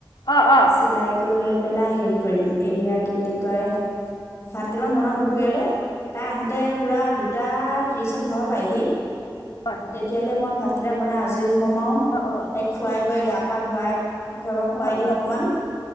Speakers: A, on the left (about 80°); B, on the left (about 40°).
A: অঁ অঁ
B: চিলাই কৈ লৈ পেলাই হেৰি কৰিম এইয়া কি বুলি কয় ভাত কেইটামান বনাম দুপৰীয়ালৈ তাই আহোঁতে পূৰা দুটা ত্ৰিশত ঘৰ পায়হি
A: হয় হয়
B: তেতিয়ালৈ মই ভাত। কিতাপ বনাই আজৰি সোমাও
A: অঁ অঁ
B: তাইক খুৱাই বুৱাই গা পা ধোৱাই খ খোৱাই
A: হয়
B: দিও
A: হয়
B: অকণমান।